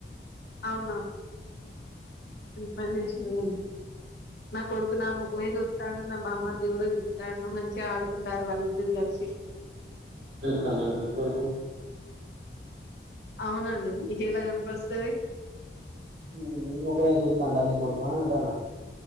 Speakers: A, on the left; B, on the right.
A: అవునా పది ఆవు నా కొడుకు నా ముకుమే సుత్తండు నా మామ దేవుడు చెప్తాను మంచిగా ఆడుకుంటారు వాళ్ళిద్దరు కలిసి
B: కాన కోబ
A: అవునండి నీక ఎలా కనిపిస్తుంది
B: నేను నేను ఒకే చూస్తాంట నీ కొడుకుని అంటాను